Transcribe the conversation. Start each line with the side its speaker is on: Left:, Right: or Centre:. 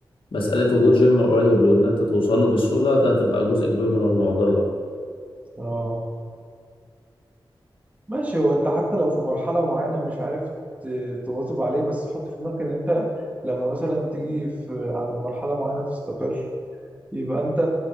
Left: مسألة وجود جيم قريب وإن أنت توصل له بسهولة ده هتبقى جزء كبير من المعضلة
Right: اه ماشي هو انت حتى لو في مرحلة معينة مش عارف ت- تواظب عليه بس حط في دماغك ان انت لما مثلا تيجي في عند مرحلة معينة تستقر يبقى انت